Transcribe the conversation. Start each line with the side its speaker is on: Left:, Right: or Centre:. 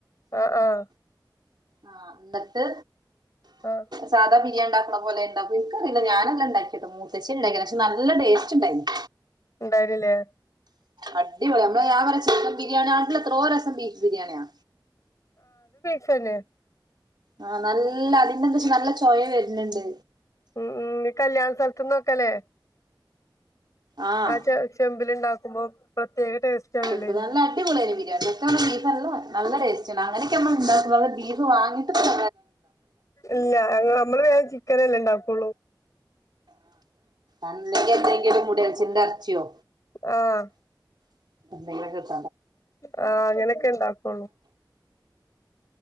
Left: ആഹ ആഹ
Right: ആഹ എന്നിട്ട്
Left: ആ
Right: സാധാ ബിരിയാണിണ്ടാക്കണം അതുപോലെ ഇിക്ക അറിയി ഞാനെല്ലാംണ്ടി കേട്ട മൂത്തച്ചേരി ഉണ്ടാക്ക പക്ഷെ നല്ല ടേസ്റ്റ് ഉണ്ടായിരുന്നു
Left: ഉണ്ടായിരില്ലേ
Right: അടിപൊളി നമ്മള് ഞാൻ പറരെ ചിക്കൻ ബിരിയാണി ആണട്ടില്ല എത്രോ രസം ബീഫ് ബിരിയാണിയാ
Left: ച്ചനെ
Right: ആഹ നല്ല അതിന്റെന്താ വച്ചാ നല്ല ചോയ വരുന്നുണ്ട്
Left: ഉം ഉ കല്യാണ സ്ഥലത്തന്ന് നോക്കല്ലേ
Right: ആഹ്
Left: ആ ചെ ചെമ്പിൽ ഉണ്ടാക്കുമ്പോ പ്രത്യേക ടേസ്റ്റ് ആണല്ലോ
Right: എമ്പ
Left: അയിന്
Right: നല്ല അടിപൊളിയയിന് ബിരിയാണി ഒ ബീഫല്ലോ നല്ലടേസ്റ്റ് അങ്ങനൊക്കെ നമ്മ ഉണ്ടീ് വാങ്ങിട്ട്തണ്ട്
Left: ഇല്ല നമ്മള് വേ ചിക്കന എല്ലാം ഇണ്ടാക്കള്ളൂ
Right: അല്ലെങ്കിൽ എന്തെങ്കിലും മുടിയൽച്ചന്റെറെ അർഥിയോ
Left: ആഹ
Right: എ
Left: ആഹങ്ങനക്ക എന്താക്കോണൂ